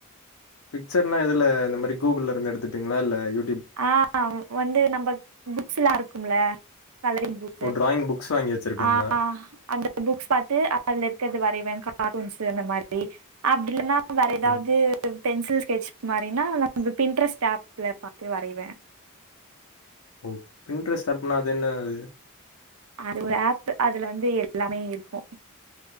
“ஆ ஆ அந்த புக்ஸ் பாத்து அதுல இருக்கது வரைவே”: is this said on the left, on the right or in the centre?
Right